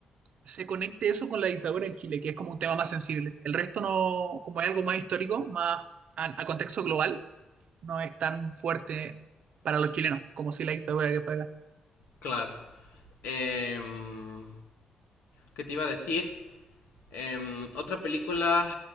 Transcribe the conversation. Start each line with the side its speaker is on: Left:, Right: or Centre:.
Right: se conecte eso con la dictadura en Chile, que es como un tema más sensible. El resto no, como hay algo más histórico, más a, a contexto global, no es tan fuerte para los chilenos como si la dictadura que fue acá.
Left: Claro. Em, ¿qué te iba a decir? Em, otra película,